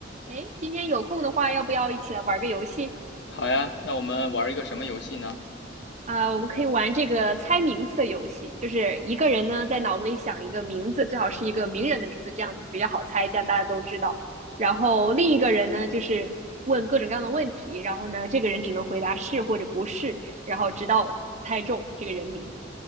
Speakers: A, on the right (about 40°); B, on the left (about 65°).
A: 诶，今天有空的话，要不要一起来玩个游戏？
B: 好呀，那我们玩一个什么游戏呢？
A: 啊、我们可以玩这个猜名字的游戏，就是一个人呢在脑子里想一个名字，最好是一个名人的名字，这样比较好猜，这样大家都知道。然后另一个人呢，就是问各种各样的问题，然后呢，这个人只能回答是或者不是，然后直到猜中这个人名。